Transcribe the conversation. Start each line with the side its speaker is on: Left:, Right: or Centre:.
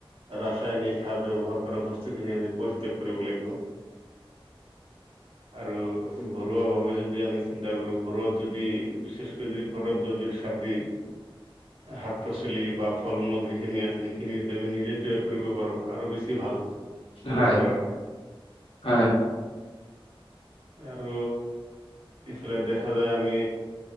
Right: ৰাচায়নিক সাৰ ব্যৱহাৰ কৰা বস্তুখিনি আমি পৰিত্যাগ কৰিব লাগিব।
Left: <inaudible>
Right: আৰু ঘৰুৱাভাৱে যদি আমি চিন্তা কৰোঁ ঘৰত যদি বিশেচকৈ যদি ঘৰত জৈৱিক চাৰ দি
Left: <inaudible>
Right: শাক-পাচলি বা ফল-মূল যিখিনি আছে সেইখিনি যদি আমি নিজে তৈয়াৰ কৰিব পাৰো আৰু বেছি ভাল।
Left: হয়।
Right: আমাৰ কাৰণে
Left: হয়।
Right: টো ইফালে দেখা যায় আমি